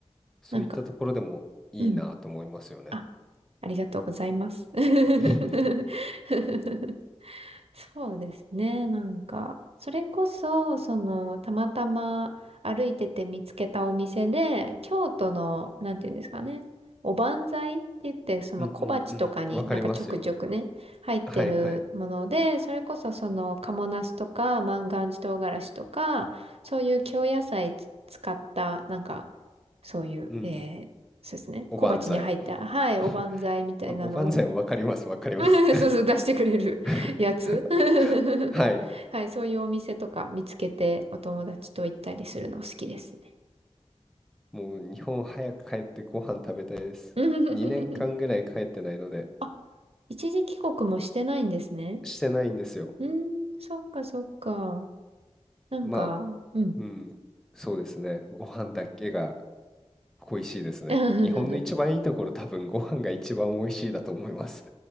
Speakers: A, in the centre; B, on the right (about 60°).
A: そういったところでもいいなと思いますよね。
B: なんか、うん。あ、ありがとうございます。<laughs>
A: <laughs>
B: そうですね、なんか。それこそ、その、たまたま歩いてて見つけたお店で、京都の、なんていうんですかね、おばんざいって言って、その小鉢とかになんかちょくちょくね、
A: うんうんうん。わかりますよ。
B: 入ってるもので、
A: はいはい。
B: それこそその、賀茂なすとか、万願寺唐辛子とか、そういう京野菜つ使った、なんか、そういう、
A: うんうん。
B: えー、そうですね、
A: おばんざい。
B: 小鉢に入った、はい、
A: <laughs>
B: おばんざいみたいなのを、
A: お、おばんざいもわかります、わかります。
B: <laughs> そうそう、出してくれる
A: <laughs>
B: <laughs> やつ。<laughs>
A: はい。
B: はい、そういうお店とか見つけてお友達と行ったりするの好きですね。
A: もう日本早く帰ってご飯食べたいです。
B: <laughs>
A: 2年間ぐらい帰ってないので、
B: あ、一時帰国もしてないんですね。
A: してないんですよ。
B: うーん、そっかそっか。なんか、
A: まあ、
B: うん。
A: うん、そうですね。ご飯だけが恋しいですね。
B: <laughs>
A: 日本の一番いいところ、多分ご飯が一番美味しいだと思います。